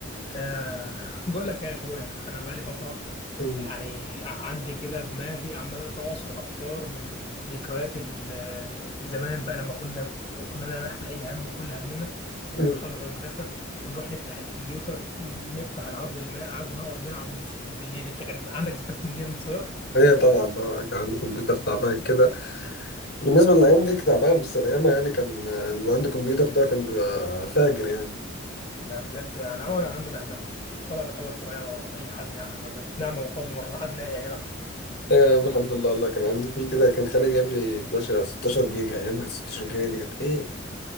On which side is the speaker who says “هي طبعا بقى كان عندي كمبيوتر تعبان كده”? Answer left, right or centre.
Left